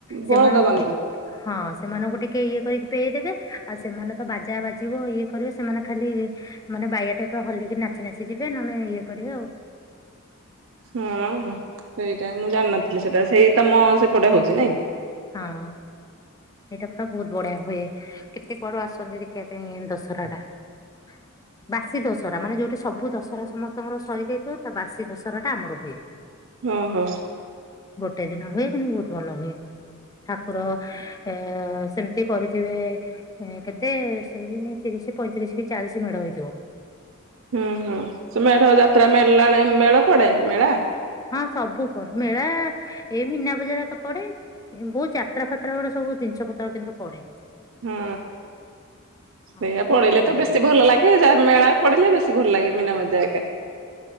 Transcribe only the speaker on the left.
ସେମାନଙ୍କୁ
ଟି ହଁ ସେମାନଙ୍କୁ ଟିକେ ଇଏ କରିକି ପେଇ ଦେବେ ଆଉ ସେମାନେ ତ ବାଜା ବାଜିବ ଇଏ କରିବ ସେମାନେ ଖାଲି। ମାନେ ବାଇଆ ଟାଇପ ର ହଲିକି ନାଚି ନାଚି ଯିବେ ନହେଲେ ଇଏ କରିବେ ଆଉ।
ହଁ। ଏଇଟା ପୁରା ବହୁତ ବଢିଆ ହୁଏ କେତେ କୁଆଡୁ ଆସନ୍ତି ଦେଖିବା ପାଇଁ ଦଶରା ଟା। ହ ବାସି ଦଶରା ମାନେ ଯୋଉଠି ସବୁ ଦଶରା ସମସ୍ତଙ୍କର ସରି ଯାଇଥିବ ତା ବାସି ଦଶହରା ଟା ଆମର ହୁଏ।
ଗୋଟେ ଦିନ ହୁଏ କିନ୍ତୁ ବହୁତ ଭଲ ହୁଏ। ଠାକୁର ଏ ସେମିତି କରିଥିବେ। କେତେ ସେଇ ତିରିଶି ପଇଁତିରିଶି କି ଚାଳିଶି ମେଢ ହେଇଥିବ।
ହଁ ସବୁ ପଡ ମେଳା ଏଇ ମିନା ବଜାର ହେକା ପଡେ। ବହୁତ ଯାତ୍ରା ଫାତ୍ରା ଗୋଟେ ସବୁ ଜିନିଷ ପତ୍ର କିନ୍ତୁ ପଡେ।
ହଁ
ବହୁତ ଭଲ
ହୁଏ।